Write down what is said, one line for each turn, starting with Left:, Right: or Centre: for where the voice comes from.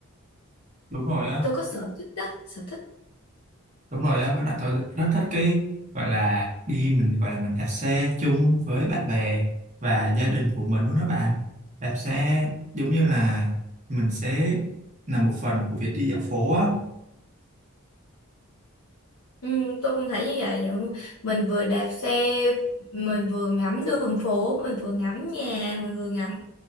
Right: đúng rồi á
Left: tôi có sở thích đó, sở thích.
Right: đúng rồi á với lại tôi rất thích cái gọi là đi mình gọi là mình đạp xe chung với bạn bè và gia đình của mình luôn đó bạn đạp xe giống như là mình sẽ là một phần của việc đi dạo phố á
Left: Ừ, tôi cũng thấy như vậy, vậy không? mình vừa đạp xe, mình vừa ngắm đường phố, mình vừa ngắm nhà, mình vừa ngắm